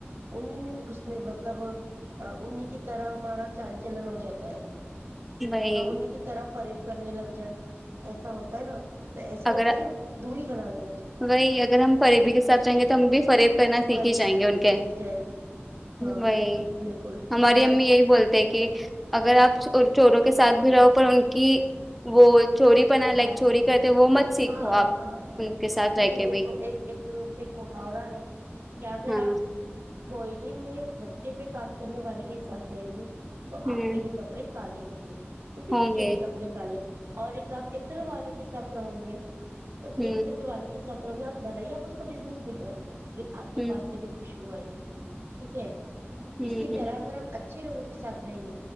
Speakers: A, on the right (about 70°); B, in the centre.
A: انیں میں گھسنے مطلب انہی کی طرح ہمارا چال چلن ہو جاتا ہے
B: وہی
A: ہم انہیں کی طرح فریب کرنے لگ جائے ایسا ہوتا ہے نا تو ایسے لوگوں
B: اگر
A: سے دوری بنا لے
B: وہی اگر ہم فریبی کے ساتھ چاہیں گے تو ت ہم بھی فرید کرنا
A: فریب
B: سیکھ ہی جائیں
A: کرنا
B: گے ان کے
A: سیکھ جائیں گے ہاں
B: وہی
A: بالکل
B: ہماری
A: یہ
B: امی یہی بولتے ہیں کہ اگر آپ چوروں کے ساتھ بھی رہو پر ان کی وہ چوری پنا لائک
A: ہے
B: چوری کرتے وہ مت سیکھو
A: ہاں
B: آپ
A: ہاں ہاں نہیں
B: کے ساتھ رہ کے
A: دیکھو
B: بھی
A: ایک ایک ایک محاورہ ہے کیا اگر
B: ہاں
A: آپ کوئلیے میں بھٹٹی پہ کام کرنے والے کے ساتھ رہیں گے تو
B: ہ
A: آپ کے بھی کپڑے کالی ہوں گی کیونکہ
B: ہوں
A: اس کے
B: گے
A: بھی کپڑے کالے اور ایک آپ اتر والے کے ساتھ رہو گے تو
B: ہ
A: اتنے والے کے ساتھ رہوں گے آپ بل ہی آپ اس کا بزنس نہیں کر آپ کے
B: ہ
A: پاس سے بھی خوش وہ آئیں گی ٹھیک ہے
B: ہ
A: اسی طرح اگر ہم اچھا اچھے لوگوں کے سھ رہیں گے